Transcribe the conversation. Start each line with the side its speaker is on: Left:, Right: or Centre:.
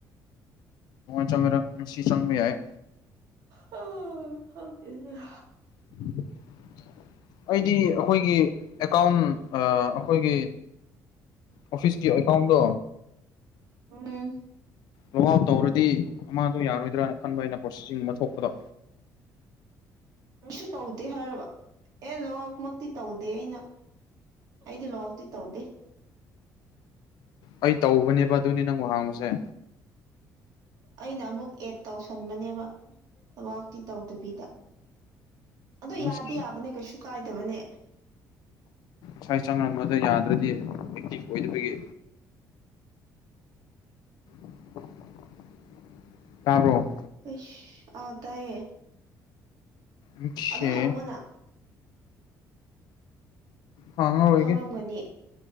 Left: ꯆ ꯃ ꯉꯁꯤ ꯆꯪꯕ ꯌꯥꯏ
Right: ꯍ ꯑ ꯈꯪꯗ‌ꯦꯅ‌ꯦ
Left: <unintelligible> ꯑꯩꯗꯤ ꯑꯩꯈꯣꯏꯒꯤ ꯑꯦꯀꯥꯎꯟ ꯑ ꯑꯈꯣꯏꯒꯤ ꯑꯣꯐꯤꯁꯀꯤ ꯑꯦꯀꯥꯎꯟꯗꯣ
Right: ꯎꯝ
Left: ꯂꯣꯛ ꯑꯥꯎꯠ ꯇꯧꯔꯗꯤ ꯑꯃꯗꯣ ꯌꯥꯔꯣꯏꯗ꯭ꯔꯥꯅ ꯈꯟꯕ ꯑꯩꯅ ꯄ꯭ꯔꯣꯁꯤꯁꯤꯡ ꯑꯃ ꯊꯣꯛꯄꯗꯣ
Right: ꯀꯩꯁꯨ ꯇꯧꯗꯦ ꯍꯥꯏꯔꯕ ꯑꯦ ꯂꯣꯛ ꯑꯥꯎꯠ ꯃꯛꯇꯤ ꯇꯧꯗꯦ ꯑꯩꯅ ꯑꯩꯗꯤ ꯂꯣꯛ ꯑꯥꯎꯠꯇꯤ ꯇꯧꯗꯦ
Left: ꯑꯩ ꯇꯧꯕꯅꯦꯕ ꯑꯗꯨꯅꯤ ꯅꯪꯍꯥꯡꯕꯁꯦ
Right: ꯑꯩꯅ ꯑꯃꯨꯛ ꯑꯦꯗ ꯇꯧꯁꯟꯕꯅꯦꯕ ꯋꯥꯎꯇꯤ ꯇꯧꯗꯕꯤꯗ ꯑꯗ ꯌꯥꯗꯤ
Left: ꯏꯁ
Right: ꯌꯥꯕꯅꯦ ꯀꯩꯁꯨ ꯀꯥꯏꯗꯕꯅꯦ
Left: ꯁ꯭ꯋꯥꯏ ꯆꯪꯝꯕꯗ ꯌꯥꯗ꯭ꯔꯗꯤ ꯑꯦꯛꯇꯤꯚ ꯑꯣꯏꯗꯕꯒꯤ <unintelligible> ꯇꯥꯕ꯭ꯔꯣ
Right: ꯀꯩꯁ ꯑꯥ ꯇꯥꯏꯌꯦ
Left: ꯑꯣꯈꯦ
Right: ꯑꯗꯨ ꯍꯪꯉꯣꯅ
Left: ꯍꯥꯡꯉꯔꯣꯏꯒꯦ
Right: ꯈꯪꯉꯝꯒꯅꯤ